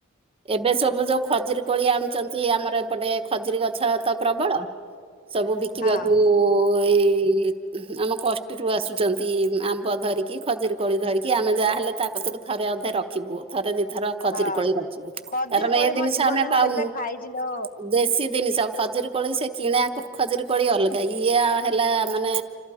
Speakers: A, on the right (about 25°); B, on the left (about 40°).
A: ଏବେ ସବୁ ଯୋଉ ଖଜୁରୀ କୋଳି ଆଣୁଛନ୍ତି ଆମର ଏପଟେ ଖଜୁରୀ ଗଛ ତ ପ୍ରବଳ ସବୁ ବିକିବାକୁ
B: ହଁ
A: ଏଇ ଆମ କଷ୍ଟିରୁୁ ଆସୁଛନ୍ତି ଆମ୍ବ ଧରିକି ଖଜୁରୀ କୋଳି ଧରିକି ଆମେ ଯାହାହଲେ ତା କରୁ ଥରେ ଅନ୍ଧେ ରଖିବୁ ଥରେ ଦି ଥର ଖଜୁରୀ
B: ହଁ
A: କୋଳି ରଖିବୁ କାରଣ
B: ଖଜୁରୀ କୋଳି
A: ଏ ଜିନିଷ
B: ମୋ ଜୀବନରେ
A: ଆମେ ପାଉନୁ
B: ମୁଁ କେତେ ଖାଇଛି ଲୋ
A: ଦେ ସେ ଜିନିଷ ଖଜୁରୀ କୋଳି ସେ କିଣା ରୁ ଖଜୁରୀ କଳି ଅଲଗା ହେଇଛି। ଇଏ ହେଲା ମାନେ